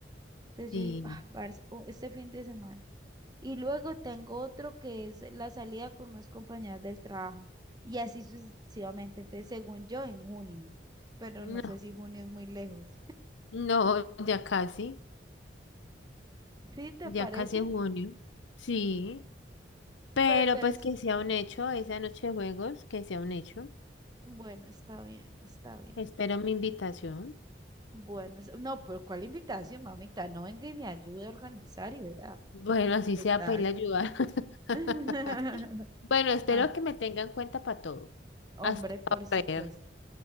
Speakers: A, on the right (about 20°); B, on the left (about 85°).
A: Entonces
B: sí.
A: yo digo, ah, parce, o este fin de semana. Y luego tengo otro que es la salida con unas compañeras del trabajo. Y así sucesivamente. Entonces, según yo, en junio. Pero
B: No,
A: no sé si junio es muy lejos.
B: No, ya casi,
A: ¿Sí te
B: ya
A: parece?
B: casi es junio. Sí, pero
A: Pero entonces,
B: pues que sea un hecho, esa noche de juegos, que sea un hecho.
A: bueno, está bien, está bien.
B: Espero mi invitación.
A: Bueno, es- no, pero ¿cuál invitación, mamita? No venga y me ayude a organizar y verá.
B: Bueno, así
A: ¿Qué
B: sea
A: tal?
B: para ir a ayudar. <laughs>
A: <laughs>
B: Bueno, espero
A: Ah,
B: que me tengan en cuenta para todo.
A: hombre,
B: Hasta
A: por supuesto,
B: correr.